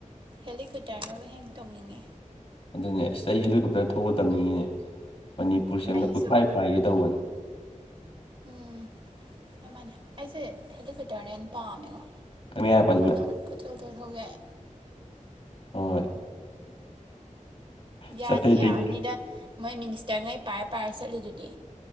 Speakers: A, on the right; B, on the left.
A: ꯍꯦꯂꯤꯀꯣꯞꯇꯔꯅꯕꯨ ꯍꯦꯟꯅ ꯇꯣꯡꯅꯤꯡꯉꯦ
B: ꯑꯗꯨꯅꯦ ꯑꯁ ꯑꯩ ꯍꯦꯂꯤꯀꯣꯞꯇꯔ ꯊꯧꯕ ꯇꯝꯅꯤꯡꯉꯤꯅꯦ ꯃꯅꯤꯄꯨꯔꯁꯦ ꯑꯃꯗ
A: ꯑꯩꯁꯨ
B: ꯀꯣꯏꯄꯥꯏ ꯄꯥꯏꯒꯦ ꯇꯧꯕꯅꯦ
A: ꯎꯝ ꯆꯞ ꯃꯥꯟꯅꯩ ꯑꯩꯁꯦ ꯍꯦꯂꯤꯀꯣꯞꯇꯔꯅ ꯍꯦꯟꯅ ꯄꯥꯝꯃꯦꯉꯣ
B: ꯃꯌꯥ ꯄꯥꯏꯁꯤꯜꯂꯦ
A: ꯅꯛꯑ ꯀꯣꯏꯊꯧ ꯊꯧ ꯌꯥꯏ
B: ꯍꯣꯏ ꯑꯁ
A: ꯌꯥꯗꯤ
B: ꯑꯇꯩ ꯑꯇꯩ
A: ꯌꯥꯕꯅꯤꯗ ꯃꯣꯏ ꯃꯤꯅꯤꯁꯇꯔꯉꯩ ꯄꯥꯏꯔ ꯄꯥꯏꯔ ꯆꯠꯂꯤꯗꯨꯗꯤ